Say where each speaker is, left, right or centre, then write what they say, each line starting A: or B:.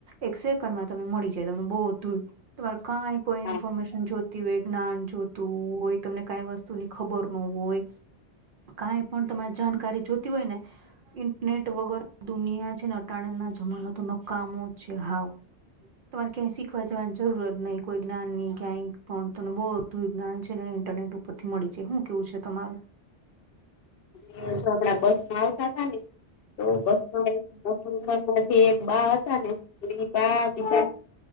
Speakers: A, on the right; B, on the left.
A: એક સેકન્ડમાં તમે મળી જાય, તમને બહુધું તમારે કંઈ
B: હા
A: ઇન્ફોર્મેશન જો ય જ્ઞાન જોતું હોય તમને કઈ વસ્તુ ની ખબર ન હોય. કાંઈ પણ તમારી જાણકારી જોતી હોય ને ઇન્ટરનેટ વગર દુનિયા છેને, અટાણે ના જમાનોતો ન કામો છે, હાવ તમારે ક્યાંય શીખવા જવાની જરૂરત નહી, કોઈ જ્ઞાન ની ક્યાંય પણ તને બહ વિજ્ઞાન છે ને ઇન્ટરનેટ ઉપરથી મળી છે શું કેવું છે તમારુ
B: અને જો આગડા બસ માં આવતા હતાા ને તો બસ મા ઉમરના જે એક બા હતા ને એ બા બીજા